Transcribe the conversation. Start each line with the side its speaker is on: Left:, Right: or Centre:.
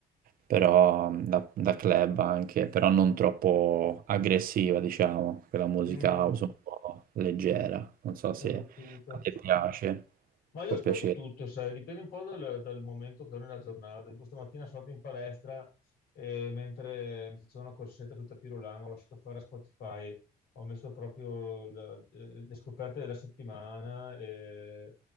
Right: però da, da club anche, però non troppo aggressiva, diciamo, quella musica
Left: Mm,
Right: house un po' leggera. Non so se
Left: ho capito.
Right: a te piace,
Left: Ma io
Right: può
Left: ascolto
Right: piacere.
Left: tutto, sai, dipende un po' dal, dal momento che ho nella giornata. Tipo stamattina sono andato in palestra e mentre mi facevo una corsetta tutta pirulana, ho lasciato fare a Spotify, ho messo proprio la- eh, le scoperte della settimana e,